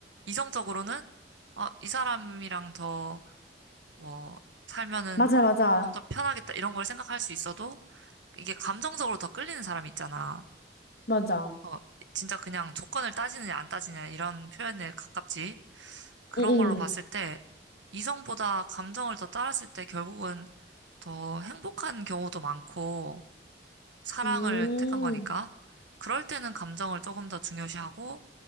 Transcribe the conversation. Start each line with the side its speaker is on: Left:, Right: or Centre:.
Right: 이성적으로는, 어, 이 사람이랑 더 뭐, 살면은
Left: 맞아, 맞아.
Right: 좀 더 편하겠다, 이런 걸 생각할 수 있어도, 이게 감정적으로 더 끌리는 사람 이 있잖아.
Left: 맞아.
Right: 어, 진짜 그냥 조건을 따지느냐, 안 따지느냐, 이런 표현에 가깝지. 그런
Left: 응,
Right: 걸로 봤을 때, 이성보다 감정을 더 따랐을 때 결국은 더 행복한 경우도 많고, 사랑을
Left: 응. 음.
Right: 택한 거니까. 그럴 때는 감정을 조금 더 중요시하고,